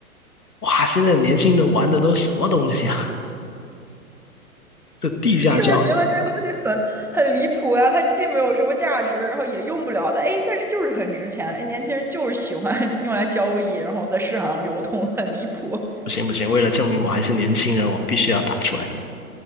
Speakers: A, on the left (about 85°); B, in the centre.
A: 哇！现在年轻人玩的都什么东西啊？<laughs> 这地下交
B: 是不是觉得这些东西很很离谱呀、它既没有什么价值，然后也用不了的，哎，但是就是很值钱，哎，年轻人就是喜欢 <laughs> 用来交易，然后在市场上流通，很离谱。
A: 不行不行，为了证明我还是年轻人，我必须要打出来